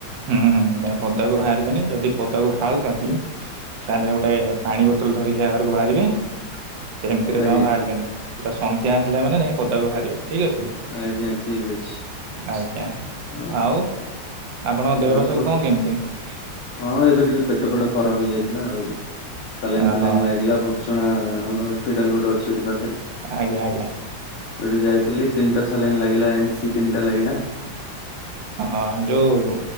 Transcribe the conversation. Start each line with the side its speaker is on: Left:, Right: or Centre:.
Right: ହୁଁ ହୁଁ ନାଇଁ ପଦାକୁ ବାହାରିବେନି ଯଦି ପଦାକୁ ବାହାରୁଛନ୍ତି ତାହେଲେ ଗୋଟେ ପାଣି ବୋତଲ ଧର <unintelligible> ବାହାରକୁ ବାହାରିବେ ସେମିତିରେ
Left: ଆଜ୍ଞା
Right: ତ ବାହାରିବେନି ପୁରା ସନ୍ଧ୍ୟା ହେଲେ ମାନେ ଯାଇ ପଦାକୁ ବାହାରିବେ। ଠିକ୍ ଅଛି
Left: ଆଜ୍ଞା ଠିକ୍ ଅଛି।
Right: ଆଜ୍ଞା
Left: ହଉ
Right: ଆଉ ଆପଣଙ୍କ ଦେହ
Left: ଆଉ
Right: ପା
Left: ସବୁ
Right: କଣ କେମିତି?
Left: ହଁ ଏବେ ଟିକେ ପେଟ ଫେଟ ଖରାପ ହେଇଯାଇଥିଲା ଆଉ। ସାଲାଇନ୍
Right: ଓହୋ
Left: ପାଲାଇନ୍ ଲାଗିଲା ବର୍ଚୁଣା ଆମର ହସ୍ପିଟାଲ ଗୋଟେ ଅଛି ଏଠି ପାଖରେ।
Right: ଆଜ୍ଞା ଆଜ୍ଞା।
Left: ସେଠି ଯାଇଥିଲି ତିନିଟା ସାଲାଇନ୍‌ ଲାଗିଲା ଏନ୍‌ ସି ତିନିଟା ଲାଗିଲା।
Right: ହଁ ଯୋଉ